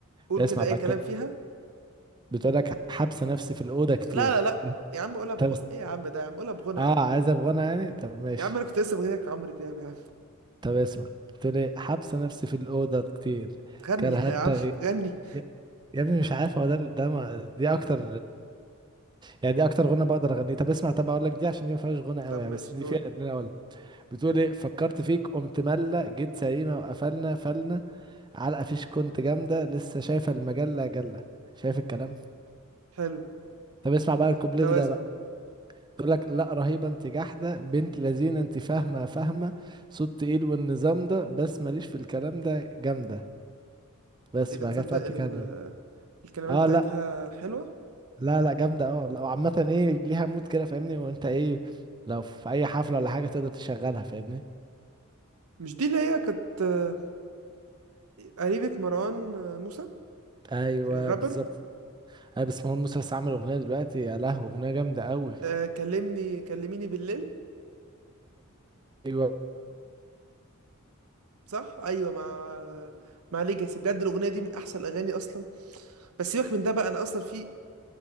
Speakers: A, on the right; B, on the right.
A: قول
B: اسمع
A: كده
B: بقى
A: اي كلام
B: الكلام.
A: فيها
B: بتقول لك حبس نفسي في الأوضة كتير
A: لا لا لا يا عم قولها بغ...
B: طب اس-
A: ايه يا عم ده يا عم قولها بغنى
B: اه
A: يا عم
B: عايز أبغانا يعني طب ماشي
A: يا عم انا كنت لسه بغنيك عمرو دياب يا عم
B: طب اسمع بتقول ايه حبس نفسي في الأوضة كتير
A: غني
B: كرهت
A: يا عم
B: تغي...
A: غني
B: يا يا ابني مش عارف هو ده ده ما... دي أكتر يعني دي أكتر غنى بقدر أغنيه طب اسمع طب أقول لك دي عشان دي ما فيهاش غنى
A: طب
B: قوي يعني،
A: ماشي
B: بس دي
A: قول
B: فيها اللي أنا أقول بتقول ايه فكرت فيك قمت ملة جيت سليمة وقفلنا فلنا علقة فيش كنت جامدة لسه شايفة المجلة جلة شايف الكلام
A: حلو
B: طب اسمع بقى الكوبليه
A: التوازن
B: ده بقى. تقول لك لا رهيبه انت جحده بنت لذينه انت فاهمه فاهمه صوت تقيل والنظام ده بس ماليش في الكلام ده جامده بس
A: ايه ده
B: بعد
A: تصدق
B: كده تقعد تتكلم
A: ال... الكلمات
B: اه
A: بتاعتها
B: لا
A: حلوة
B: لا لا جامده اه لا وعامه ايه ليها مود كده فاهمني وانت ايه لو في اي حفله ولا حاجه تقدر تشغلها فاهمني
A: مش دي اللي هي كانت آه، قريبة مروان موسى
B: ايوه
A: الرابر
B: بالظبط ايوه بس مروان موسى لسه عامل اغنيه دلوقتي يا لهوي اغنيه جامده قوي
A: آه، كلمني كلميني بالليل
B: ايوه
A: صح ايوه مع مع ليجاسي بجد الاغنيه دي من احسن الاغاني اصلا بس سيبك من ده بقى انا اصلا في